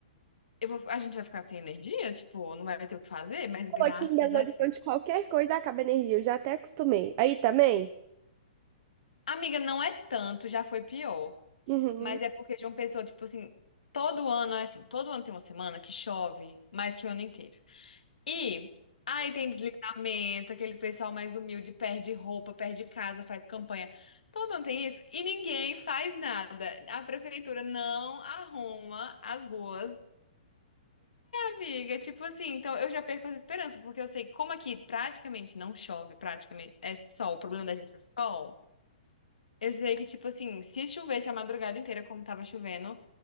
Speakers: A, on the left; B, on the right.
A: eu vou, a gente vai ficar sem energia, tipo, não vai ter o que fazer, mas
B: Pô,
A: graças
B: Aqui em Belo
A: a
B: Horizonte,
A: Deus.
B: qualquer coisa acaba energia. Eu já até acostumei. Aí também?
A: Amiga, não é tanto, já foi pior.
B: Uhum.
A: Mas é porque João Pessoa, tipo assim, todo ano é assim, todo ano tem uma semana que chove mais que o ano inteiro. E aí tem deslizamento, aquele pessoal mais humilde perde roupa, perde casa, faz campanha. Todo ano tem isso e ninguém faz nada. A prefeitura não arruma as ruas. Amiga, tipo assim, então eu já perco as esperanças, porque eu sei que como aqui praticamente não chove, praticamente é sol, o problema da gente é sol. Eu sei que, tipo assim, se chovesse a madrugada inteira, como tava chovendo,